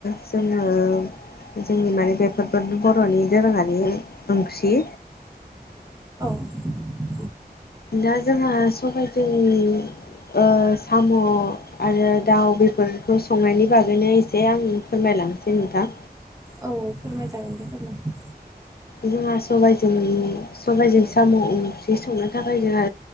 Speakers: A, on the left; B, on the right.
A: जोङो जोंनि माने बे फोरबो बर'नि दोरोङारि ओंख्रि
B: <inaudible>
A: दा जोंहा सबायजों ओ साम' आरो दाउ बेेफोरखौ संनायनि बागैनो एसे आं फोरमायलांसै नोंथां
B: औ फोरमाय जागोन दे फोरमाय
A: जोंहा सबायजों सबायजों साम' ओंख्रि संनो थाखाय जोंहा